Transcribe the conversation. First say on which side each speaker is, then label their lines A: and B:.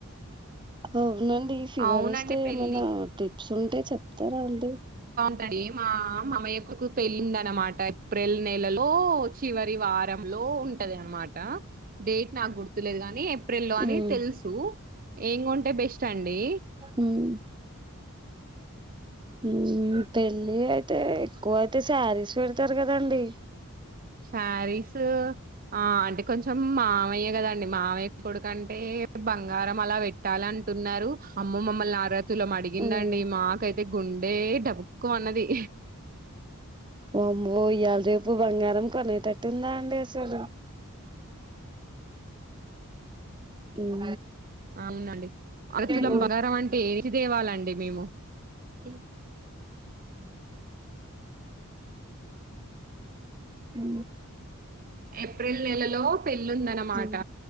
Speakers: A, on the right; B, on the right.
A: ఔనండి ఫివర్
B: అవునండి
A: వస్తే
B: పెళ్ళికి
A: ఏమైనా టి ప్స్ ఉంటే చెప్తారా అండి
B: వండి మా మామయ్యకు పెళ్ళుందనమాట ఏప్రిల్ నెలలో చివరి వారంలో ఉం టది అనమాట డేట్ నాకు గుర్తులేదు గాని ఏ ప్రిల్లో అని
A: మ్మ్
B: తెలుసు ఏం కొంటే బెష్ స్టండి
A: మ్మ్ మ్మ్ పెళ్ళి అయితే ఎక్కువైతే శారీస్ పెడుతారు కదండీ.
B: శారీస్ ఆ అంటే కొంచెం మామయ్య కదండి. మామయ్య కొడుకంటే బంగారం అలా పెట్టాలి. అంటున్నారు అమ్మ మమ్మల్ని అర తులం అడిగిందండి
A: మ్మ్
B: మాకైత్ తే గుండె డబుక్కుమన్నది.
A: ఒమ్మో ఇయాళ రేపు బంగారం కొనేటట్టుందా అండి అసలు ఉ
B: అవునండి అర్తులం
A: మ్మ్
B: బంగారం అంటే ఏటిదా తేవాలండి మేము ఇ <inaudible>
A: ఉ
B: ఏప్రిల్ నెలలో పెళ్ళి ఉందనమాట
A: మ్మ్